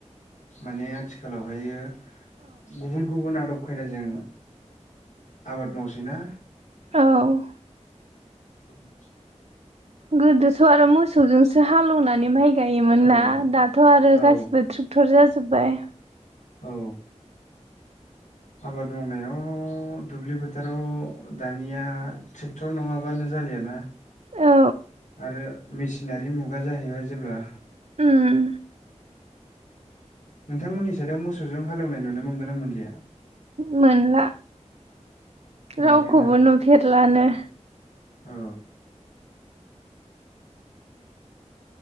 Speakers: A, on the left (about 75°); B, on the right (about 65°).
A: माने आथिखालावहायो गुबुन गुबुन आदब खायदाजों आबाद मावसै ना
B: औ।
A: <unintelligible>
B: गोदोथ' आरो मोसौजोंसो हालौवनानै माइ गायोमोन
A: औ
B: ना दाथ' आरो
A: औ
B: गासिबो ट्रेक्टर जाजोब्बाय।
A: औ। आबाद मावनायाव दुब्लि फोथाराव दानिया ट्रेक्टर नङाबानो ज जालियाना
B: औ
A: आरो मेसिनारि मुगा जाहैबाय जेब्ला
B: ओम
A: नोंथांमोननि सदायाव मोसौजों हालेवनाय नुनो मोनगोन ना मोनलिया
B: मोनला
A: मोनलियाना
B: रावखौबो नुफेरलानो
A: औ